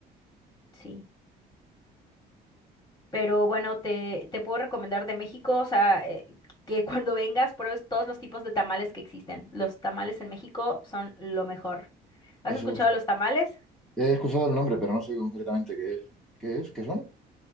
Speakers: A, on the left; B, in the centre.
A: Sí. Pero bueno, te, te puedo recomendar de México, o sea, eh, que cuando vengas pruebes todos los tipos de tamales que existen. Los tamales en México son lo mejor. ¿Has
B: Eso.
A: escuchado los tamales?
B: He escuchado el nombre, pero no sé concretamente qué es. ¿Qué es? ¿Qué son?